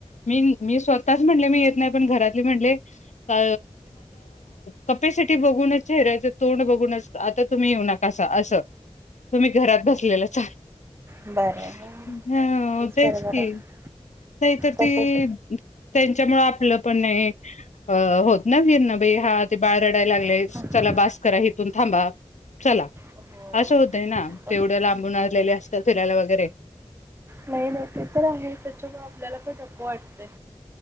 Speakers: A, on the left (about 80°); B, on the right (about 20°).
A: मी मी स्वतःच म्हणले मीे येत नाही. पण घरातले म्हटले अ कॅपॅसिटी बघूनच. चेहराचं तोंड बघून आता तुम्ही येऊ नका. कसा असं तुम्ही घरात बसलेलं चाल. हा
B: बरं आहे नाही नाही
A: तेच
B: बरोबर
A: कि
B: आहे
A: नाहीत
B: तसच
A: ती त्यांच्यामुळ आपलं पण नाही अ होत. नव नाई हा ते बाळ रडायला लागलाय
B: आहे.
A: चला बास करा हिथून थांबा. चला
B: हो
A: असं होतय ना
B: ते
A: तेवढ्या
B: तर
A: लांबून आलेले असतात फिरायला वगैरे
B: नाही नाही ते तर आहे त्याच्यामुळे आपल्याला पण नको वाटतंय.